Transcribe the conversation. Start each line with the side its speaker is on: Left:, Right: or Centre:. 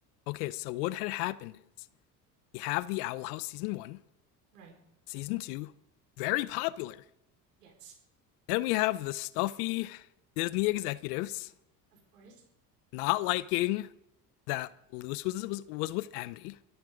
Left: Okay, so what had happened is we have The Owl House season one,
Right: Right.
Left: season two, very popular.
Right: Yes.
Left: Then we have the stuffy Disney executives
Right: Of course.
Left: not liking that Lewis was was was with Amity,